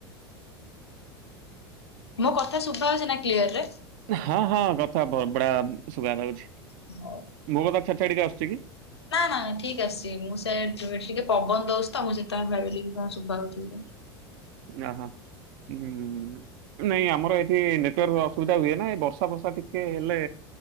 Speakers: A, on the left; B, on the right.
A: ମୋ କଥା ଶୁଭା ହଉଚିନା କ୍ଲିୟରେ?
B: ହଁ ହଁ କଥା ବଗ-ବଢିୟା ସୁବାଯାଉଛି।
A: <inaudible>
B: ମୋକଥା ଛାଡ଼ି ଛାଡ଼ିକି ଆସୁଚିକି?
A: ନା ନା ଠିକ୍ ଆସିଚି ମୁଁ ସେ ଟିକେ ପବନ ଦଉଚିତ ମୁଁ ସେଇଥିପାଇଁ ଭାବିଲି କଣ ଶୁଭା ହଉଚିକି ନାଇଁ।
B: ଅଁ ହଁ ହୁଁ ହୁଁ ହୁଁ। ନାଇଁ ଆମର ଏଠି ନେଟୱାର୍କ ଅସୁବିଧା ହୁଏନା ବର୍ଷାଫର୍ଷା ଟିକେ ହେଲେ